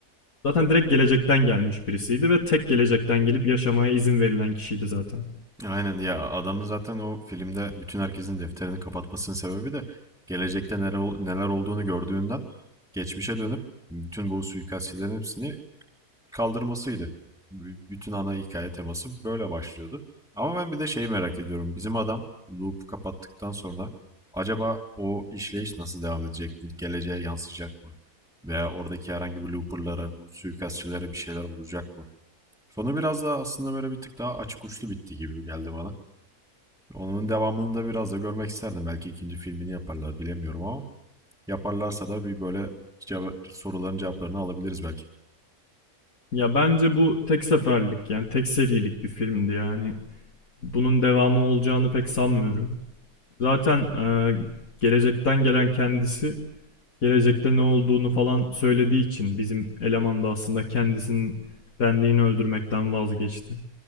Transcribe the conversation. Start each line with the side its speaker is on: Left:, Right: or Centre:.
Left: zaten direkt gelecekten gelmiş birisiydi ve tek gelecekten gelip yaşamaya izin verilen kişiydi zaten.
Centre: Aynen ya adamın zaten o filmde bütün herkesin defterini kapatmasının sebebi de gelecekte neler, neler olduğunu gördüğünden geçmişe dönüp bütün bu suikastçilerin hepsini kaldırmasıydı. Bütün ana hikaye teması böyle başlıyordu. Ama ben bir de şeyi merak ediyorum. Bizim adam loop kapattıktan sonra acaba o işleyiş nasıl devam edecek? Bu geleceğe yansıyacak mı? Veya oradaki herhangi bir looperlara, bu suikastçilere bir şeyler olacak mı? Sonu biraz daha aslında böyle bir tık daha açık uçlu bitti gibi geldi bana. Onun devamını da biraz da görmek isterdim. Belki ikinci filmini yaparlar bilemiyorum ama yaparlarsa da bir böyle soruların cevaplarını alabiliriz belki.
Left: Ya bence bu tek seferlik yani tek serilik bir filmdi yani. Bunun devamı olacağını pek sanmıyorum. Zaten e, gelecekten gelen kendisi gelecekte ne olduğunu falan söylediği için bizim eleman da aslında kendisinin benliğini öldürmekten vazgeçti.